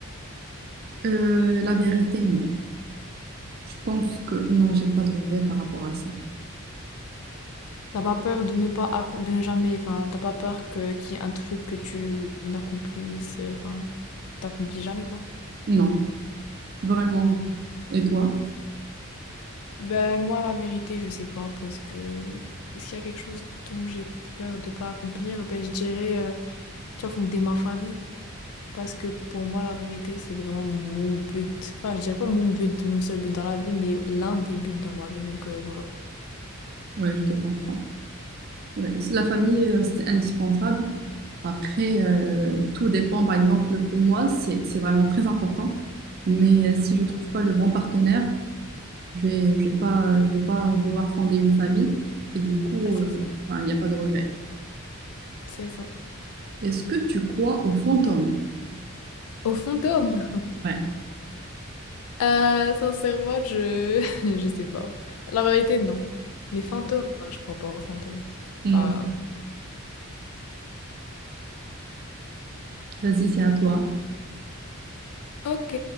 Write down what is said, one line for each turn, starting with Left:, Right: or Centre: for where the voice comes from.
Right: Euh, la vérité, non. Je pense que non, j'ai pas de regret par rapport à ça.
Left: T'as pas peur de ne pas accom- de ne jamais, enfin, t'as pas peur que qu'il y ait un truc que tu n'accomplisses, euh, enfin, que t'accomplis jamais quoi.
Right: Non, vraiment. Et toi?
Left: Ben, moi, la vérité, je sais pas, parce que est-ce qu'il y a quelque chose dont j'ai peur de pas accomplir? Ben, je dirais, euh, tu vois, fonder ma famille, parce que pour moi, la vérité, c'est vraiment mon but. Enfin, je dirais pas mon but, mon seul but dans la vie, mais l'un des buts dans ma vie, donc euh, voilà.
Right: Ouais, je te comprends. Ouais, c'est- la famille, euh, c'est indispensable. Après, euh, tout dépend. Par exemple, pour moi, c'est c'est vraiment très important. Mais euh, si je trouve pas le bon partenaire, je vais je vais pas je vais pas vouloir fonder une famille. Et du coup,
Left: Ouais, c'est
Right: euh,
Left: ça.
Right: enfin, il n'y a pas de regret.
Left: C'est ça.
Right: Est-ce que tu crois aux fantômes?
Left: Au fond, d'homme
Right: Ouais.
Left: Euh, sincèrement, je... <laughs> je sais pas. La vérité, non. Les fantômes, non, je crois pas aux fantômes.
Right: Non.
Left: Enfin,
Right: Vas-y, c'est à toi.
Left: Ok,